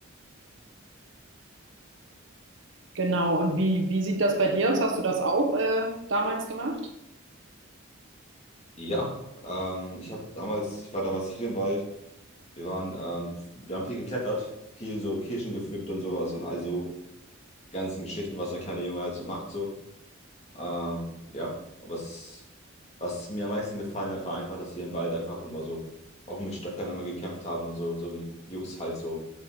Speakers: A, on the right (about 60°); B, on the left (about 30°).
A: Genau. Und wie, wie sieht das bei dir aus? Hast du das auch äh, damals gemacht?
B: Ja, ähm, ich habe damals, ich war damals viel im Wald. Wir waren, ähm, wir haben viel geklettert, viel so Kirschen gepflückt und sowas und also ganzen Geschichten, was ein kleiner Junge halt so macht, so. Ähm, ja, was, was mir am meisten gefallen hat, war einfach, dass wir im Wald einfach immer so, auch mit Stöckern immer gekämpft haben und so, so wie Jungs halt so,